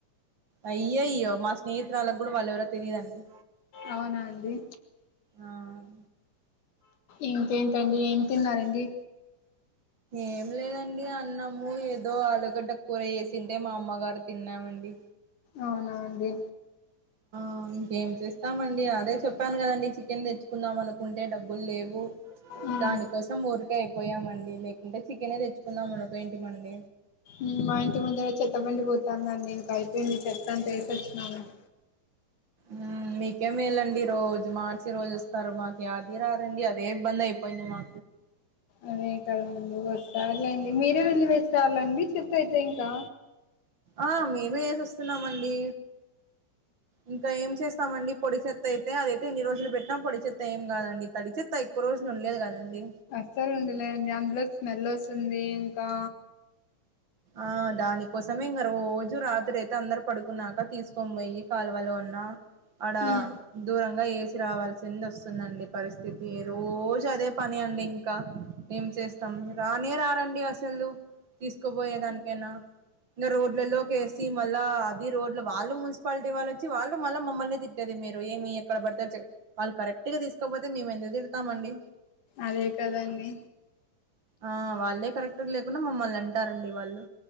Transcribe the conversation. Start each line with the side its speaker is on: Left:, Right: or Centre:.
Right: అయ్యయ్యో మా స్నేహితురాల్లకుడా వాళ్లేవరో తెలిదండి
Left: అవునా అండి
Right: ఆ
Left: ఇంకేంటండి ఏం తిన్నారండి
Right: ఏం లేదండి అన్నము ఏదో, ఆలుగడ్డ కూర ఏసింటే మా అమ్మగారు తిన్నామండి.
Left: అవునా అండి
Right: ఆ ఇంకేం చేస్తామండి, అదే చెప్పాను కదండి చికెన్ తెచ్చుకుందాం అనుకుంటే డబ్బుల్లేవ్. ఊ
Left: మ్మ్
Right: దాని కోసం ఊరి కైయిపోయామండి లేకుంటే చికెనే తెచ్చుకుందాం అనుకోయిన్టిమండి
Left: మ్ మా ఇంటి ముందర చెత్త బండి పోతన్దండి, ఇంక అయిపేన్ది చెత్తంతా ఏసేసినామన్.
Right: మ్ మీకే మేలండి రోజు మార్చి రోజోస్తారు, మక్యాది రదండి అదే ఇబ్బందైపోయింది మా.
Left: అదే కదండి వస్తార్లేండి మీరే వెళ్ళి వేస్రాళ్ళండి చెతైతే ఇంకా.
Right: ఆ మేము ఏసేస్తున్నాంమన్డి ఇంక ఏం చేస్తామండి? పొడి చెత్తేతే అదైతే ఎన్ని రోజులు బేట్న, పోడి చేత్త ఏం కాదండి తడిచేత్త ఎక్కువ్ రోజులు ఉన్లేదుకదండి.
Left: అస్సల్న్డలేదండి అందులోకి స్మెల్స్తుంది ఇంకా
Right: ఆ దానికోసమిమ్గా రోజు రాత్రే తే అందరు పడుకున్నాక తీసుకొన్ బొయ్యి కాలువలో ఉన్నా ఆడ
Left: మ్మ్
Right: దూరంగా ఏసి రావాల్సింది వస్తుందండి పరిస్థితి ఈ రోజు అదే పని అండి ఇంకా ఏం చేస్తాం రానే రారండి అస్సలు <unintelligible> పోయే దానికేనా ఇంగ రోడ్లలోకేసి మళ్ళా అది రోడ్ల వాళ్ళు మున్సిపాల్టీ వాళ్లొ. చి వాళ్ళు మళ్ళ మమ్మల్నే తిట్టేది మీరు ఏమి ఎక్కడబడితే <unintelligible> వాళ్ళు కరె క్ట్ గా తీస్కపోతే మేమెందుకు తిడతామండి
Left: అదే కదండి
Right: ఆ వాళ్ళే కరెక్ట్కు లేకుండ మమ్మల్నంటారండి వాళ్ళు